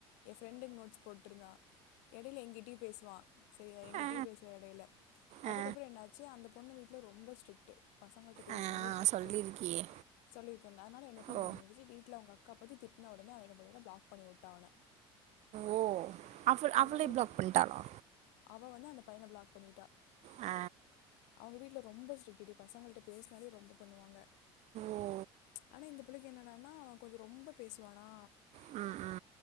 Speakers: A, on the left; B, on the right.
A: என் ஃப்ரெண்டுக்கு நோட்ஸ் போட்டிருந்தா இடையில எங்கிட்டயு பேசுவான் செரியா எங்கிட்டயும்
B: ஆ
A: பேசுவா இடையில அதுக்கப்புற
B: ஆ
A: என்னாச்சு அந்த பொண்ணு வீட்ல ரொம்ப ஸ்ட்ரிக்ட்டு பசங்கள்ட்ட பேசினாலே
B: ஆ
A: ஸ்ட்ரிக்ட்டு
B: சொல்லிருக்கியே
A: சொல்லியிருக்கேன்ல அதனால இந்த பொண்ணு
B: ஓ
A: என்ன பண்ணிச்சு வீட்ல அவுங்க அக் காப்பத்தி திட்டுன உடனே அவ என்ன பண்ணிட்டா பிளாக் பண்ணி உட்டா அவன
B: ஓ அவள்
A: அதனால
B: அவளே
A: இந்த
B: பிளாக்
A: பை
B: பண்ணிட்டாளா
A: அவ வந்து அந்த பையன பிளாக் பண்ணிட்டா
B: ஆ
A: அவுங்க வீட்ல ரொம்ப ஸ்ரிக்ட்டு டி பசங்கள்ட்ட பேசினாலே ரொம்ப பண்ணுவாங்க
B: ஓ
A: ஆனா இந்த பிள்ளைக்கு என்னடானா அவன் கொஞ்ச ரொம்ப பேசுவானா
B: அ அ